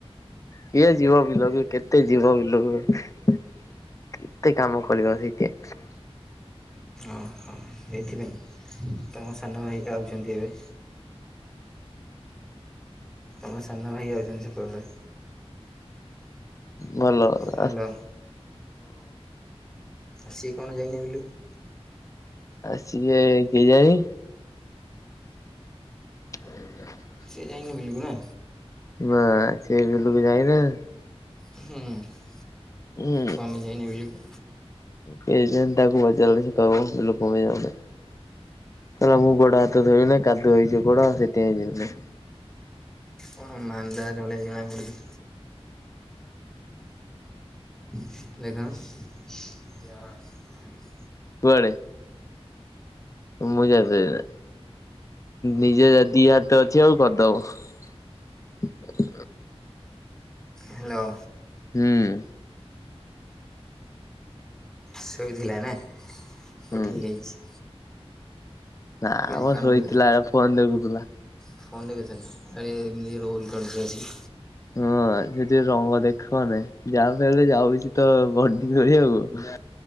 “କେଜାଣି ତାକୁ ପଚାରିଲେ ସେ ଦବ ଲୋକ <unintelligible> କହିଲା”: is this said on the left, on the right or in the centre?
Left